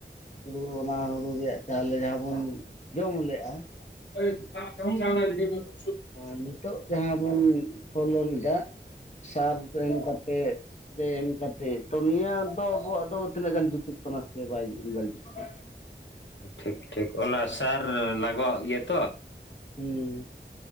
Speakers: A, on the left (about 40°); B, on the left (about 85°).
A: ᱦᱩᱲᱩ ᱚᱱᱟ ᱦᱩᱲᱩ ᱨᱮᱭᱟᱜ ᱪᱟᱣᱞᱮ ᱡᱟᱦᱟ ᱵᱚᱱ ᱡᱚᱢ ᱞᱮᱜᱼᱟ
B: <unintelligible>
A: ᱟᱨ ᱱᱤᱛᱚᱜ ᱡᱟᱦᱟ ᱵᱚᱱ ᱯᱚᱞᱚᱱ ᱮᱫᱟ ᱥᱟᱨ ᱮᱢ ᱠᱟᱛᱮᱜ ᱨᱮ ᱮᱢ ᱠᱟᱛᱮᱫ ᱴᱚ ᱱᱤᱭᱟᱹ ᱫᱚ ᱟᱵᱚᱣᱟᱜ ᱫᱚ ᱛᱤᱱᱟᱹᱜ ᱜᱟᱱ ᱡᱩᱛᱩᱜ ᱠᱟᱱᱟ ᱥᱮ ᱵᱟᱭ ᱵᱟᱲᱤᱡᱚᱜ ᱠᱟᱱᱟ?
B: ᱴᱷᱤᱠ ᱴᱷᱤᱠ ᱚᱱᱟ ᱥᱟᱨ ᱞᱟᱜᱟᱣᱟᱜ ᱜᱮᱭᱟ ᱛᱚ?
A: ᱦᱩᱸ ᱾